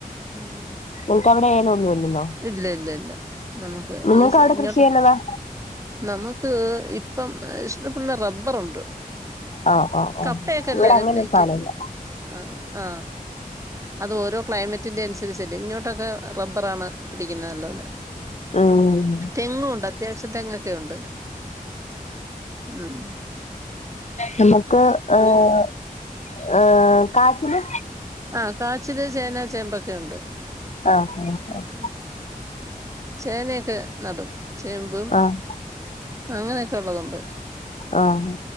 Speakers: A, on the right; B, on the left.
A: ഉം
B: നിങ്ങക്ക് അവിടെ ഏലൊന്നും ഇല്ലല്ലോ
A: ഇല്ല ഇല്ല ഇല്ല നമ്മുക്ക്
B: നിങ്ങൾക്ക്
A: ഈ
B: അവിടെ
A: ഇങ്ങോട്ട്
B: കൃഷി ചെയ്യുന്നതാ
A: നമുക്ക് ഇപ്പം ഇഷ്ടപ്പ്ള്ള റബ്ബറുണ്ട്.
B: ആഹ് ആഹ് ആഹ്
A: കപ്പയൊക്കെ എല്ലാരും
B: ഇവിടെ അങ്ങനെ
A: വെയ്ക്കും.
B: ഒരു സാധനം ഇല്ല
A: ആഹ്. ആ അത് ഓരോ ക്ലൈമറ്റ്. ത്തിന്റെ അനുസരിച്ചല്ലെ. ഇങ്ങോട്ടൊക്കെ റബ്ബറാണ് പിടിക്കുന്നത് അല്ലോലെ.
B: ഉം
A: തെങ്ങും ഉണ്ട്. അത്യാവശ്യം തെങ്ങൊക്കെ ഉണ്ട്. ഉം.
B: നമുക്ക് ഏഹ് ഏഹ് കാറ്റില്
A: ആഹ് കാച്ചില് ചേന ചേമ്പൊക്കെ ഉണ്ട്.
B: ആഹ് ആഹ് ആഹ്
A: ഉം. ചേനയൊക്കെ നടും ചേമ്പും
B: ആഹ്
A: അങ്ങനെയൊക്കെ ഉള്ളതുണ്ട്.
B: ആഹ്